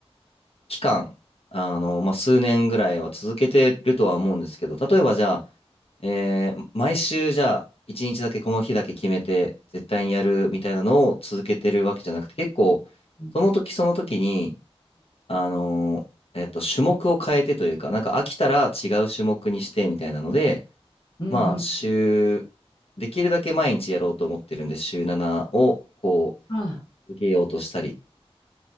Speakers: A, on the left; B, on the left.
A: 期間、あの、まあ、数年ぐらいは続けてるとは思うんですけど、例えばじゃあ、えー毎週じゃあ、一日だけこの日だけ決めて、絶対にやるみたいなのを続けてるわけじゃなくて、結構、
B: うん、
A: その時その時に、あのー、えっと、種目を変えてというか、なんか飽きたら違う種目にしてみたいなので、
B: うん、
A: まあ、
B: うん、
A: 週、できるだけ毎日やろうと思ってるんで、週7をこう、
B: あ、
A: 続けようとしたりっ